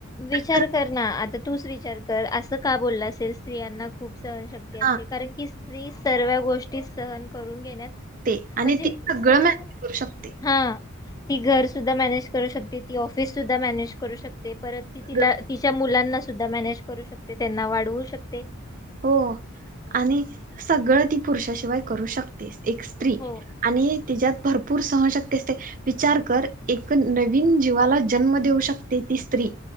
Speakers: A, on the left; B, on the right.
A: विचार
B: तर
A: कर ना, आता तूच विचार कर, असं का बोललं असेल स्त्रियांना खूप सहनशक्ती असते
B: हा
A: कारण की स्त्री सर्व्या गोष्टी सहन करून घेण्यात
B: ते आणि
A: म्हणजे
B: ती सगळं
A: सहण
B: मॅनेज करू शकते.
A: हा ती घर सुद्धा मॅनेज करू शकते, ती ऑफिस सुद्धा मॅनेज करू शक ते परत ती
B: हा,
A: तिला तिच्या मुलांना सुद्धा मॅनेज करू शकते, त्येंना वाढवू शकते.
B: हो आणि सगळं ती पुरुषाशिवाय करू शकतेस. एक स्त्री
A: हो
B: आणि तिज्यात भरपूर सहनशक्ती असते, विचार कर एक नवीन जीवाला जन्म देऊ शकते ती स्त्री